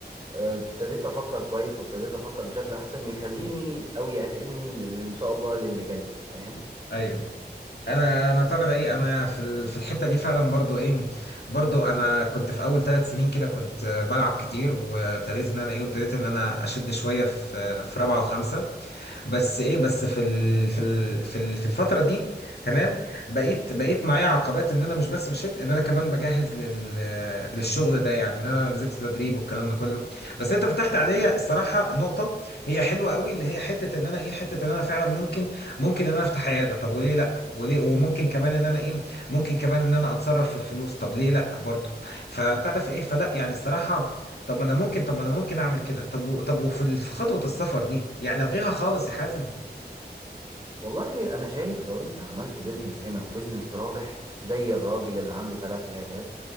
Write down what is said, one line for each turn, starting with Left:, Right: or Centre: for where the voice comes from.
Right: آه، ابتديت أفكر كويس وابتديت أفكر بشكل أحسن يخليني أو يأهلني لل- إن شاء الله للي جاي فاهم
Left: ايوه انا انا ترى ايه انا في ال- في الحته دي فعلا برضو ايه برضو انا كنت في اول ثلاث سنين كده كنت بلعب كتير وابتديت ان انا ايه وابتديت ان انا اشد شويه في في رابعه وخمسه بس ايه بس في ال في ال في ال في الفتره دي تمام بقيت بقيت معايا عقبات ان انا مش بس بشت ان انا كمان بجهز لل للشغل ده يعني ان انا نزلت تدريب والكلام ده كله بس انت فتحت عليا الصراحه نقطه هي حلوه قوي اللي هي حته ان انا ايه حته ان انا فعلا ممكن ممكن ان انا افتح عياده طب وليه لا وليه وممكن كمان ان انا ايه ممكن كمان ان انا اتصرف في الفلوس طب ليه لا برضه فبتاع ده في ايه فلا يعني الصراحه طب ما انا ممكن طب ما انا ممكن اعمل كده طب و- طب وفي ال- في خطوه السفر دي يعني الغيها خالص يا حازم
Right: والله أنا شايف لو أنت عملت بيزنس هنا وبيزنس رابح زي الراجل اللي عنده ثلاث عيادات